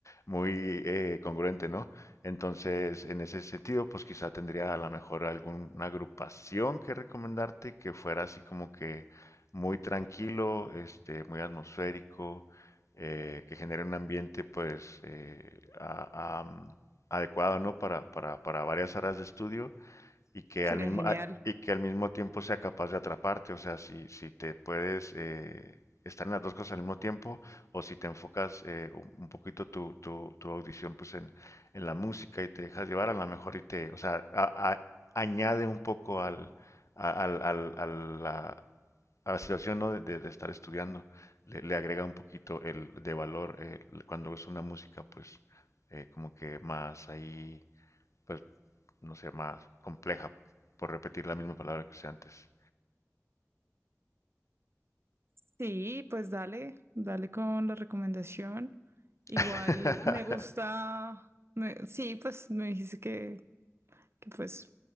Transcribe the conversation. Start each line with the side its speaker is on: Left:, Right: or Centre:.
Left: muy eh, congruente, ¿no? Entonces, en ese sentido, pues quizá tendría a lo mejor alguna agrupación que recomendarte que fuera así como que muy tranquilo, este, muy atmosférico, eh, que genere un ambiente, pues, eh, a- am- adecuado, ¿no? Para, para, para varias áreas de estudio y que
Right: Sería
Left: al mismo,
Right: genial.
Left: a- y que al mismo tiempo sea capaz de atraparte. O sea, si, si te puedes eh, estar en las dos cosas al mismo tiempo, o si te enfocas eh, un un poquito tu, tu, tu audición pues en, en la música y te dejas llevar, a lo mejor y te, o sea, a- a- añade un poco al, a, al- al- a la, a la situación ¿no? de, de- de estar estudiando. Le, le agrega un poquito el de valor eh, cuando es una música pues eh, como que más ahí pues no sé, más compleja, por repetir la misma palabra que usé antes.
Right: Sí, pues dale, dale con la recomendación. Igual
Left: <laughs>
Right: me gusta, me- sí, pues me dijiste que que pues